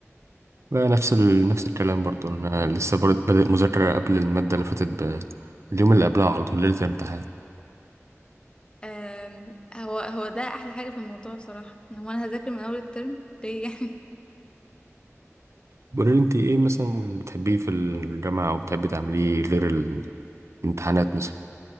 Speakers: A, on the right; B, on the left.
A: لا نفس ال... نفس الكلام برضه انا لسه برضه بادئ مذاكرة قبل المادة اللي فاتت ب... اليوم اللي قبلها على طول ليلة الامتحان
B: آم، هو هو ده احلى حاجه في الموضوع بصراحه يعني هو انا هذاكر من اول الترم ليه <laughs>
A: بقولي لي انت ايه مثلا اللي بتحبيه في الجامعة او بتحبي تعمليه غير الامتحانات مثلا